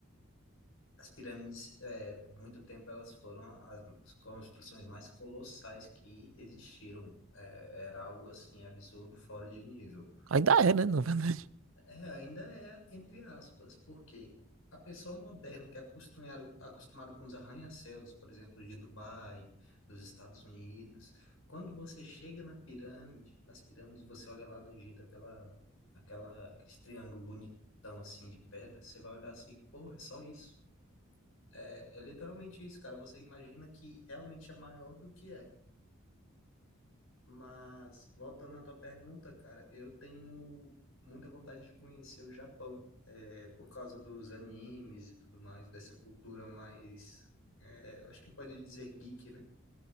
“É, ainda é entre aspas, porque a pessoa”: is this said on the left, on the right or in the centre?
Left